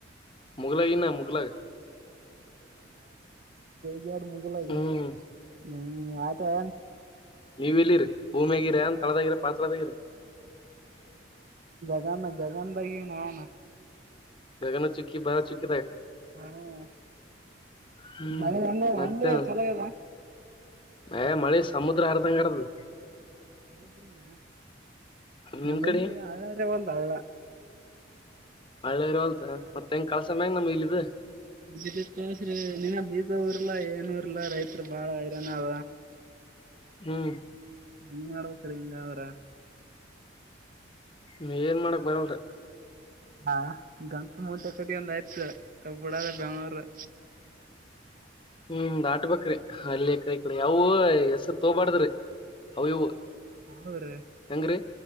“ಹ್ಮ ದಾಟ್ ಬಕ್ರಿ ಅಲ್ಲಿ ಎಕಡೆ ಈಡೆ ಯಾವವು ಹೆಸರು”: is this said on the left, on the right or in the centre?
Left